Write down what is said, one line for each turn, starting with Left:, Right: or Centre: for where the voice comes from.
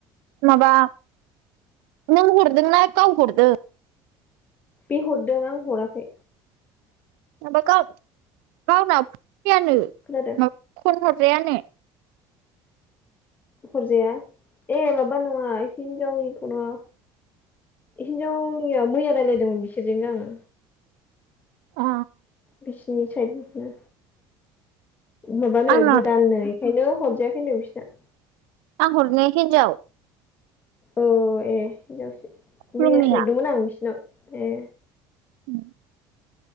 Right: माबा नों हरदोंना गाव हरदों
Left: बे हरदों आं हराखै
Right: माबा गाव-गावनाबो फैयानो
Left: खोनादों
Right: <unintelligible> जायानो
Left: हरजाया ए माबा नङा हिनजावनिखौ नङा हिनजावनिया मैया रायलायदोंमोन बिसोरजों आङो
Right: आ
Left: बिसिनि साइदिनो माबानो
Right: आंना
Left: गोदाननो बेनो हरजायाखैनो बिसिना
Right: आं हरनाया हिनजाव
Left: औ ए हिन्जावसो
Right: खुलुमनिया
Left: मैयासो हरदोंमोन आं बिसि <unintelligible> ए
Right: उम